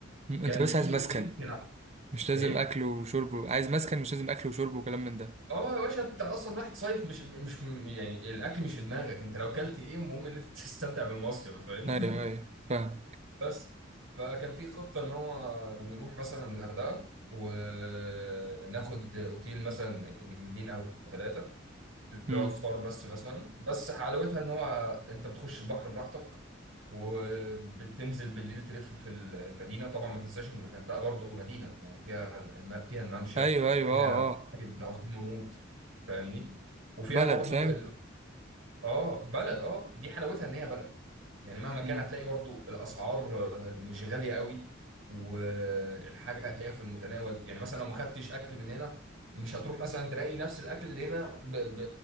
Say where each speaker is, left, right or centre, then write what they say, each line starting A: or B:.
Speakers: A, on the right; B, on the right.
A: م-
B: كان
A: انت بس
B: في
A: عايز مسكن
B: اوتيل كده
A: مش لازم
B: ايه
A: اكل وشرب عايز مسكن مش لازم اكل وشرب وكلام من ده
B: اه يا باشا انت اصلا رايح تصيف مش مش يعني الاكل مش في دماغك انت لو اكلت ايه المهم ان انت <laughs> تستمتع بالمصيف فاهم <laughs>
A: ايوه ايوه فاهم
B: بس فكان في خطة ان هو نروح مثلا الغردقة وناخد اوتيل مثلا نجمتين او ثلاثة اللي
A: مم.
B: هو فطار بس مثلا بس حلاوتها ان هو انت بتخش البحر براحتك وبتنزل بالليل تلف في المدينه طبعا ما تنساش ان الغردقه برضه مدينه يعني فيها الم... فيها الممشى
A: ايوه ايوه
B: فيها
A: اه اه
B: مساجد عظيمه موت فاهمني وفيها
A: بلد
B: برضه
A: فاهم
B: اه بلد اه دي حلاوتها ان هي بلد يعني مهما
A: مم.
B: كان هتلاقي برضو الاسعار آه، مش غاليه قوي والحاجه هتلاقيها في المتناول يعني مثلا لو ما خدتش اكل من هنا مش هتروح مثلا تلاقي نفس الاكل اللي هنا ب... ب...